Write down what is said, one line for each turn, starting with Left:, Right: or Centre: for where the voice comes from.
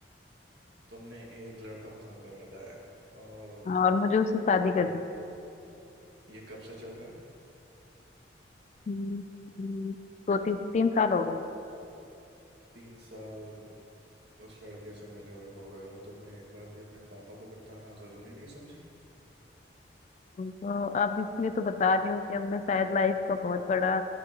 Right: तुमने एक लड़का पसंद कर रखा है और
Left: हाँ, और मुझे उससे शादी
Right: ये
Left: करनी है।
Right: ये कब से चल रहा है
Left: हम्म, हम्म, दो तीन तीन साल हो गए
Right: तीन साल उस लड़के से मिले हुए हो गए और तुमने एक बार भी अपने पापा को बताना जरूरी नहीं समझी
Left: तो अब इसलिए तो बता रही हूँ कि अब मैं शायद लाइफ का बहुत बड़ा